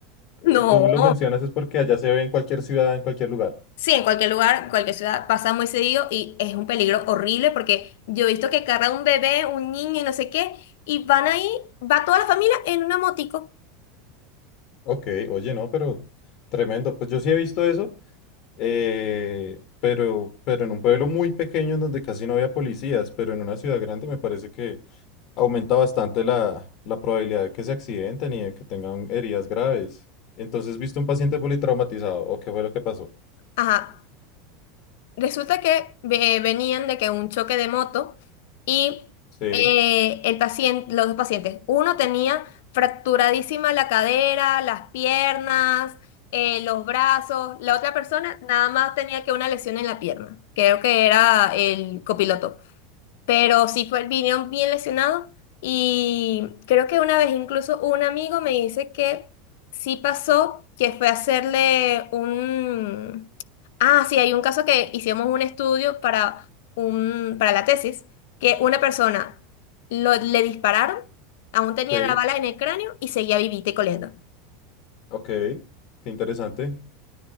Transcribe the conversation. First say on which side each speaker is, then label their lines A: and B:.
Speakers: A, on the left; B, on the left.
A: No.
B: Eh, tú lo mencionas es porque allá se ve en cualquier ciudad, en cualquier lugar.
A: Sí, en cualquier lugar, en cualquier ciudad pasa muy seguido y es un peligro horrible porque yo he visto que carga un bebé, un niño y no sé qué, y van ahí, va toda la familia en una motico.
B: Ok, oye, no, pero tremendo. Pues yo sí he visto eso, eh, pero, pero en un pueblo muy pequeño en donde casi no había policías, pero en una ciudad grande me parece que aumenta bastante la, la probabilidad de que se accidenten y de que tengan heridas graves. Entonces, ¿viste un paciente politraumatizado? ¿O qué fue lo que pasó?
A: Ajá. Resulta que ve- venían de que un choque de moto y
B: Sí,
A: eh, el paciente, los dos pacientes, uno tenía fracturadísima la cadera, las piernas, eh, los brazos, la otra persona nada más tenía que una lesión en la pierna, creo que era el copiloto pero sí fue, vinieron bien lesionados y creo que una vez incluso un amigo me dice que sí pasó, que fue a hacerle un... Ah, sí, hay un caso que hicimos un estudio para, un, para la tesis, que una persona lo, le dispararon, aún tenía
B: sí,
A: la bala en el cráneo y seguía vivita y coleando.
B: ok, qué interesante.